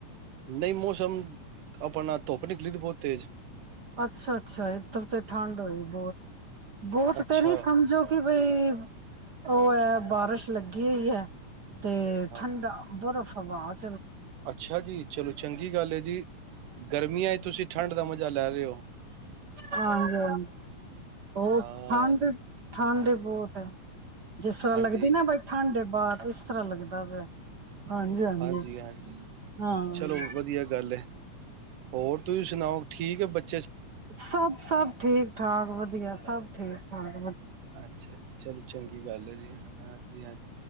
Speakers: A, on the right (about 75°); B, on the right (about 50°).
A: ਨਹੀਂ ਮੌਸਮ ਆਪ ਨਾਲ ਧੋਪ ਨਿਕਲੀਦੀ ਬਹੁਤ ਤੇਜ
B: ਅੱਛਾ-ਅੱਛਾ ਇੱਧਰ ਤੇ ਠੰਡ ਹੋਈ, ਬਹੁਤ-ਬਹੁਤ
A: ਅੱਛਾ
B: ਤੇ ਨੀ ਸਮਝੋ ਕਿ ਵੀ ਉਹ ਐ ਬਾਰਿਸ਼ ਲੱਗੀ ਹੀ ਹੈ। ਤੇ
A: ਹਾਂ
B: ਠੰਡਾ ਬਰਫ਼ ਸਵਾਦ,
A: ਅੱਛਾ ਜੀ ਚਲੋ ਚੰਗੀ ਗੱਲ ਹੈ, ਜੀ ਗਰਮੀਆਂ ਚ ਤੁਸੀਂ ਠੰਢ ਦਾ ਮਜ਼ਾ ਲੈ। ਰਹੇ ਹੋ
B: ਹਾਂਜੀ-ਹਾਂਜੀ, ਹੋਰ
A: ਹਾਂ
B: ਠੰਡ-ਠੰਡ। ਬਹੁਤ, ਜਿਸ ਤਰ੍ਹਾਂ
A: ਹਾਂਜੀ
B: ਲੱਗਦੀ ਨਾ ਬਾਈ ਠੰਢ ਦੇ ਬਾਰ ਇਸ ਤਰ੍ਹਾਂ ਲੱਗਦਾ ਪਿਆ। ਹਾਂਜੀ ਹਾਂਜੀ
A: ਹਾਂਜੀ-ਹਾਂਜੀ
B: ਹਾਂ
A: ਚਲੋ ਵਧੀਆ ਗੱਲ ਹੈ। ਹੋਰ ਤੁਸੀਂ ਸੁਣਾਓ? ਠੀਕ ਹੈ ਬੱ
B: ਸਭ-ਸਭ ਠੀਕ ਠਾਕ ਵਧੀਆ ਸਭ। ਠੀਕ-ਠਾਕ।
A: ਅੱਛਾ, ਚਲੋ ਚੰਗੀ ਗੱਲ ਹੈ ਜੀ ਹ ਹਾਂ। ਜੀ ਹਾਂ